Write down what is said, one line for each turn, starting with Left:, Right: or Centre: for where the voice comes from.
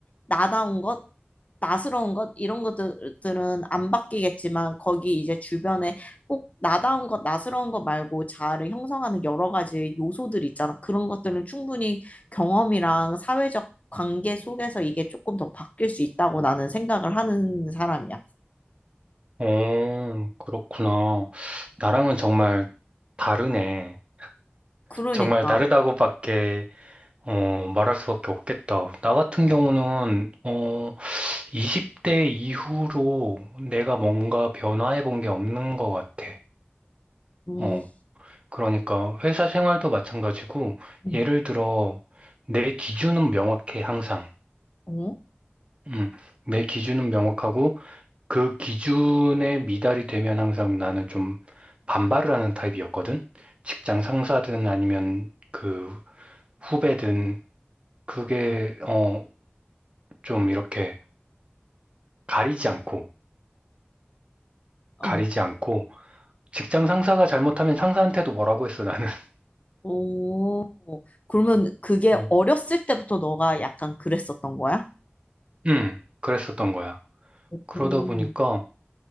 Left: 나다운 것, 나스러운 것, 이런 것들은 안 바뀌겠지만 거기 이제 주변에 꼭 나다운 것, 나스러운 것 말고 자아를 형성하는 여러 가지 요소들이 있잖아. 그런 것들은 충분히 경험이랑 사회적 관계 속에서 이게 조금 더 바뀔 수 있다고 나는 생각을 하는 사람이야.
Right: 어, 그렇구나. 나랑은 정말 다르네.
Left: 그러니까.
Right: 정말 다르다고밖에, 어, 말할 수밖에 없겠다. 나 같은 경우는, 어, 20대 이후로 내가 뭔가 변화해 본 게 없는 것 같아.
Left: 음,
Right: 어. 그러니까 회사 생활도 마찬가지고,
Left: 음,
Right: 예를 들어, 내 기준은 명확해, 항상.
Left: 어?
Right: 음, 내 기준은 명확하고, 그 기준에 미달이 되면 항상 나는 좀 반발을 하는 타입이었거든? 직장 상사든 아니면 그 후배든, 그게, 어, 좀 이렇게 가리지 않고,
Left: 어.
Right: 가리지 않고, 직장 상사가 잘못하면 상사한테도 뭐라고 했어, 나는. <laughs>
Left: 오. 그러면 그게
Right: 어.
Left: 어렸을 때부터 너가 약간 그랬었던 거야?
Right: 음, 그랬었던 거야. 그러다
Left: 오.
Right: 보니까,